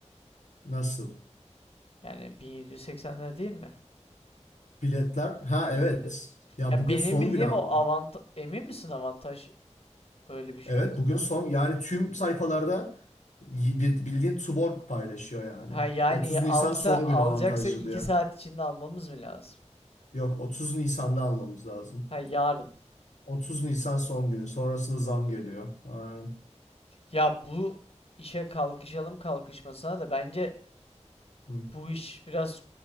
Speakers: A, on the left (about 80°); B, on the left (about 55°).
A: nasıl?
B: Yani 1780'ler değil mi?
A: Biletler. Ha evet. Ya
B: Ya
A: bugün
B: benim
A: son
B: bildiğim
A: günü ama.
B: o avantaj emin misin avantaj öyle bir şey
A: Evet
B: olduğuna?
A: bugün son yani tüm sayfalarda y- bil- bildiğin Tuborg paylaşıyor yani.
B: Ha yani
A: 30
B: alsa
A: Nisan son
B: alacaksa
A: günü avantajlı
B: iki
A: diyor.
B: saat içinde almamız mı lazım?
A: Yok 30 Nisan'da almamız lazım.
B: Ha yarın.
A: 30 Nisan son günü sonrasında zam geliyor. Aynen.
B: Ya bu işe kalkışalım kalkışmasına da bence
A: Hı.
B: bu iş biraz